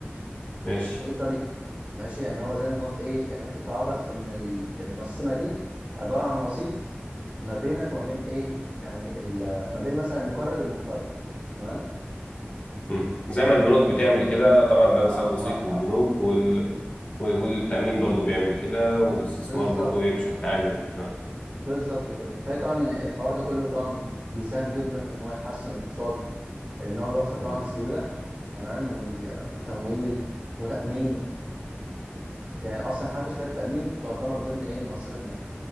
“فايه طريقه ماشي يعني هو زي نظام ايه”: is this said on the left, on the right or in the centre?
Right